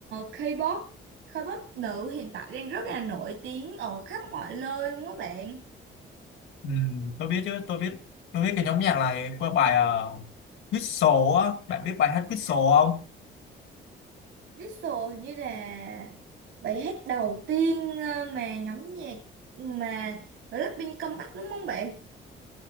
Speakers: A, on the right (about 80°); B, on the left (about 80°).
A: K-pop, K-pop nữ hiện tại đang rất là nổi tiếng ở khắp mọi nơi luôn á bạn.
B: Ừm, tôi biết chứ, tôi biết tôi biết cái nhóm nhạc này qua bài uh, Whistle á. Bạn biết bài hát Whistle không?
A: Diesel hình như là bài hát đầu tiên ờ, mà nhóm nhạc mà Blackpink comeback đúng không bạn?